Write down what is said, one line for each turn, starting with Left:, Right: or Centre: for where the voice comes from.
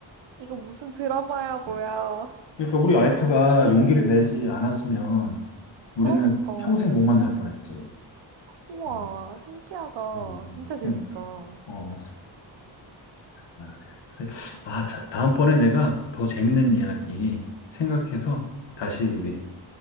Right: 이거 무슨 드라마야, 뭐야.
Left: 음. 그러니까 우리 와이프가 용기를 내지 않았으면 우리는
Right: 그러니까.
Left: 평생 못 만날 뻔했지.
Right: 우와,
Left: 음,
Right: 신기하다.
Left: 음,
Right: 진짜 재밌다.
Left: 그러니까. 어, 아, 그래. 아, 자, 다음번에 내가 더 재밌는 이야기 생각해서 다시 우리